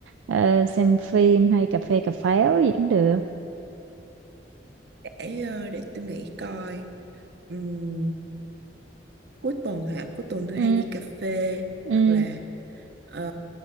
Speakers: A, on the right; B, on the right.
A: à, xem phim hay cà phê cà pháo gì cũng được
B: để ờ, để tôi nghĩ coi Ừm, cuối tuần hả cuối tuần tôi
A: ừ
B: hay đi cà phê
A: ừ
B: hoặc là ờ,